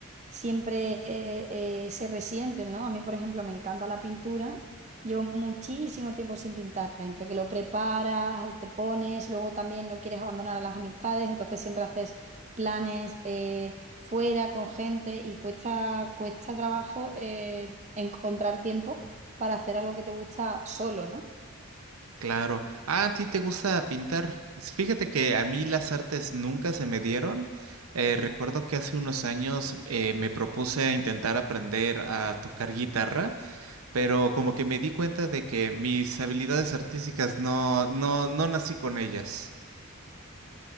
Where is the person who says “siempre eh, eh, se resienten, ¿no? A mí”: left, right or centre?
Right